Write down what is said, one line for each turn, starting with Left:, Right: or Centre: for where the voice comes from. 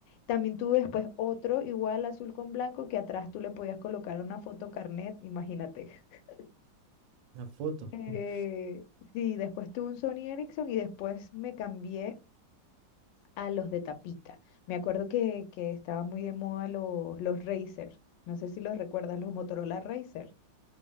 Left: También tuve después otro igual azul con blanco que atrás tú le podías colocar una foto carnet, imagínate. <laughs>
Right: la foto.
Left: Eh,
Right: <laughs>
Left: sí, después tuve un Sony Ericsson y después me cambié a los de tapita. Me acuerdo que, que estaban muy de moda los, los Razer. No sé si los recuerdas, los Motorola Razer.